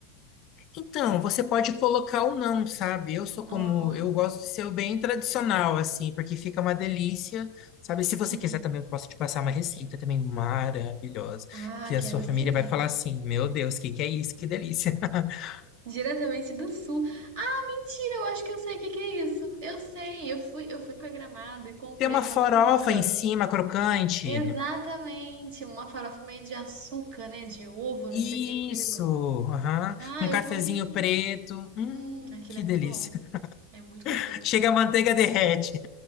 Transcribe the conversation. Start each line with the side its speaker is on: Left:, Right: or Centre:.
Left: Então, você pode colocar ou não, sabe? Eu sou como,
Right: Aham,
Left: eu gosto de ser o bem tradicional, assim, porque fica uma delícia, sabe? Se você
Right: sim.
Left: quiser também, eu posso te passar uma receita também maravilhosa,
Right: Ah,
Left: que a
Right: quero
Left: sua família
Right: sim.
Left: vai falar assim, meu Deus, o que que é isso? Que delícia. <laughs>
Right: Diretamente do sul. Ah, mentira, eu acho que eu sei o que que é isso. Eu sei, eu fui, eu fui para Gramado e comprei
Left: Tem uma
Right: uma
Left: farofa
Right: cuca.
Left: em cima, crocante.
Right: Exatamente, uma farofa meio de açúcar, né? De ovo, não
Left: Isso,
Right: sei o que é aquilo.
Left: aham.
Right: Ah,
Left: Um cafezinho
Right: eu comi sim.
Left: preto. Hum,
Right: Hum, aquilo
Left: que
Right: é muito
Left: delícia.
Right: bom. É muito gostoso.
Left: <laughs> Chega a manteiga derrete.